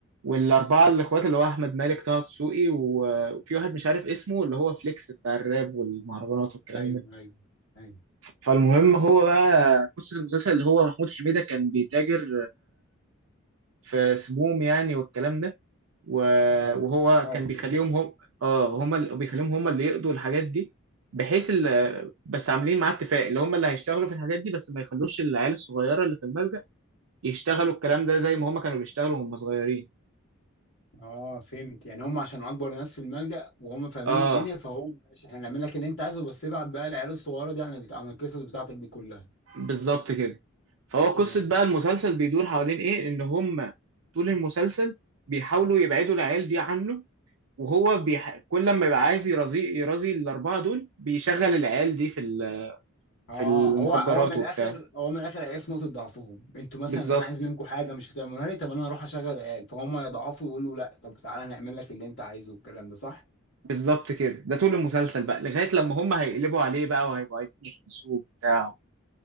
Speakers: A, on the right; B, on the left.
A: والاربعه الاخوات اللي هو احمد مالك طه دسوقي و- وفي واحد مش عارف اسمه اللي هو فليكس بتاع الراب والمهرجانات والكلام
B: ايوه
A: ده
B: ايوه ايوه
A: فالمهم هو بقى قصه المسلسل اللي هو محمود حميده كان بيتاجر في سموم يعني والكلام ده و-
B: آه، مخدرات
A: وهو كان بيخليهم
B: يعني.
A: هم اه هم اللي بيخليهم هم اللي يقضوا الحاجات دي بحيث ال- بس عاملين معاه اتفاق اللي هم اللي هيشتغلوا في الحاجات دي بس ما يخلوش العيال الصغيره اللي في الملجأ يشتغلوا الكلام ده زي ما هم كانوا بيشتغلوا وهم صغيرين
B: اه فهمت يعني هم عشان اكبر ناس في الملجأ وهم فاهمين
A: اه
B: الدنيا فهو ماشي احنا هنعمل لك اللي انت عايزه بس ابعت بقى العيال الصغيره دي عن عن القصص بتاعتك دي كلها
A: بالظبط كده فهو قصة
B: تمام
A: بقى المسلسل بيدور حوالين ايه ان هم طول المسلسل بيحاولوا يبعدوا العيال دي عنه وهو بيح... كل لما يبقى عايز يرازي يرازي الأربعة دول بيشغل العيال دي في ال...
B: اه
A: في المخدرات
B: هو هو من الاخر
A: وبتاع
B: هو من الاخر عرف نقطه ضعفهم انتوا مثلا
A: بالظبط
B: انا عايز منكم حاجه مش هتعملوها لي طب انا هروح اشغل العيال فهم يضعفوا يقولوا لا طب تعالى هنعمل لك اللي انت عايزه والكلام ده صح
A: بالظبط كده ده طول المسلسل بقى لغاية لما هم هيقلبوا عليه بقى وهيبقوا عايزين يحبسوه وبتاع